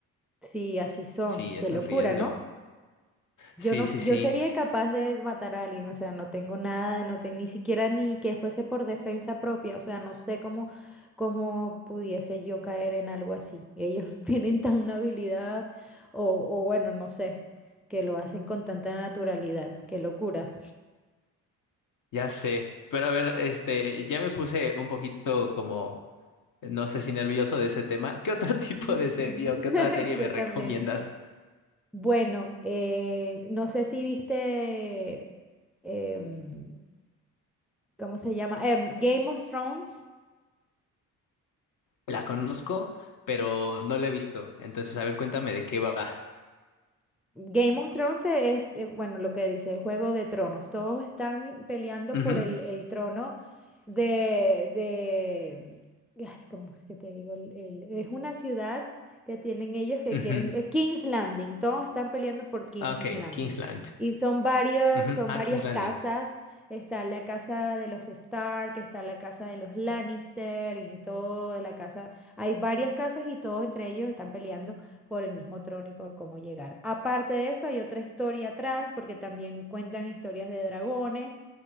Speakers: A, in the centre; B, on the left.
A: Sí, así son.
B: Sí, es
A: Qué locura,
B: un riesgo.
A: ¿no? Yo
B: Sí,
A: no,
B: sí,
A: yo
B: sí,
A: sería incapaz de matar a alguien, o sea, no tengo nada, no tengo ni siquiera ni que fuese por defensa propia, o sea, no sé cómo, cómo pudiese yo caer en algo así. Ellos <laughs> tienen tan una habilidad, o, o bueno, no sé, que lo hacen con tanta naturalidad, qué locura.
B: ya sé. Pero a ver, este, ya me puse un poquito como, no sé si nervioso de ese tema. ¿Qué otro <laughs> tipo
A: Mm.
B: de serie o qué otra serie
A: <laughs> Yo
B: me recomiendas?
A: también. Bueno, eh, no sé si viste, em, ¿cómo se llama? Em, Game of Thrones.
B: La conozco, pero no la he visto. Entonces, a ver, cuéntame de qué va.
A: Game of Thrones es, eh, bueno, lo que dice el Juego de Tronos. Todos están peleando
B: Ujú,
A: por el, el trono de, de, mm, ay, ¿cómo es que te digo? El- el- es una ciudad que tienen ellos que
B: ujú.
A: quieren, eh, King's Landing. Todos están peleando por King's
B: Ah, Ok,
A: Landing.
B: Kingsland.
A: Y son varios,
B: Ujú,
A: son
B: Ah,
A: varias
B: King's Landing.
A: casas. Está la casa de los Stark, está la casa de los Lannister y todo, la casa. Hay varias casas y todos entre ellos están peleando por el mismo trono y por cómo llegar. Aparte de eso, hay otra historia atrás, porque también cuentan historias de dragones.